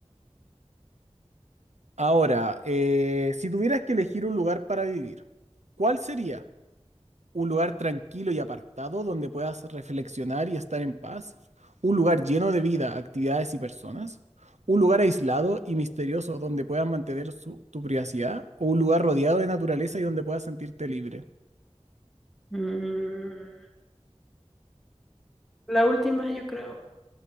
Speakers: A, on the right (about 85°); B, in the centre.
A: Ahora, eh, si tuvieras que elegir un lugar para vivir, ¿cuál sería? un lugar tranquilo y apartado donde puedas reflexionar y estar en paz, un lugar lleno de vida, actividades y personas, un lugar aislado y misterioso donde puedas mantener su- tu privacidad, o un lugar rodeado de naturaleza y donde puedas sentirte libre.
B: Mm, la última, yo creo.